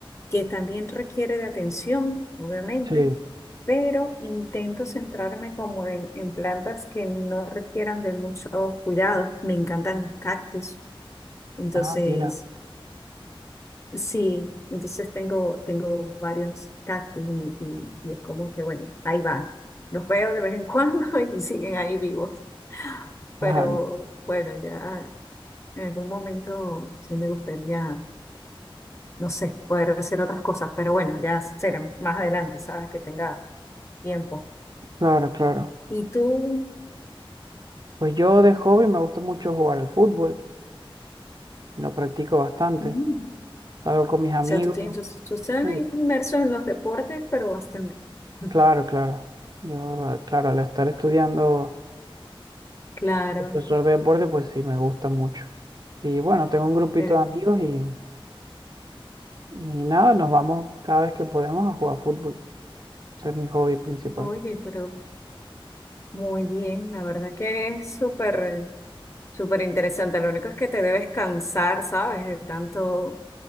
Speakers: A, on the left; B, on the right.
A: que también requiere de atención, obviamente,
B: Sí.
A: pero intento centrarme como en, en plantas que no requieran de mucho cuidado. Me encantan los cactus, entonces,
B: Ah, mira,
A: sí, entonces tengo, tengo varios cactus y, y, y es como que, bueno, ahí van. Los veo de vez en cuando <laughs> y siguen ahí vivos,
B: claro,
A: pero bueno, ya. En algún momento sí me gustaría, no sé, poder hacer otras cosas, pero bueno, ya será más adelante, ¿sabes? Que tenga tiempo.
B: claro, claro.
A: Y tú,
B: Pues yo de hobby me gusta mucho jugar al fútbol, lo practico bastante.
A: mm,
B: Salgo con
A: o
B: mis amigos.
A: sea, tú tienes, tú, tú estás
B: Sí,
A: inmerso en los deportes, pero bastante. <laughs>
B: claro, claro. Yo, ah, claro, al estar estudiando
A: Claro,
B: profesor de deporte, pues sí, me gusta mucho. Y bueno, tengo un grupito
A: el,
B: de amigos y Y nada, nos vamos cada vez que podemos a jugar fútbol. Ese es mi hobby principal.
A: oye, pero muy bien, la verdad que es súper, súper interesante. Lo único es que te debes cansar, ¿sabes? De tanto